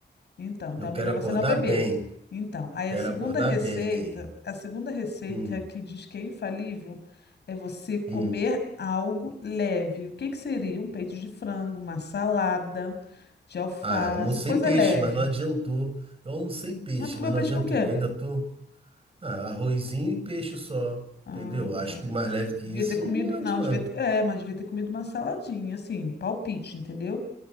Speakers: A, on the left (about 75°); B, on the right (about 35°).
A: Então, então
B: Eu
A: é
B: quero
A: melhor
B: acordar
A: você não beber.
B: bem.
A: Então, aí
B: Quero
A: a segunda
B: acordar
A: receita,
B: bem.
A: a segunda receita
B: Hum,
A: que diz que é infalível é você comer
B: hum.
A: algo leve. O que que seria? Um peito de frango, uma salada de alface,
B: Ah, almocei
A: coisa
B: peixe,
A: leve.
B: mas não adiantou. Eu almocei peixe,
A: Mas tu comeu
B: mas não
A: peixe
B: adiantou.
A: com o quê?
B: Eu ainda tô. Ah, arrozinho e peixe só.
A: Ah,
B: Entendeu? Acho
A: tá.
B: que mais leve que
A: Devia
B: isso
A: ter comido.
B: não adianta.
A: Não, devia ter. É, mas devia ter comido uma saladinha, assim, um palpite, entendeu?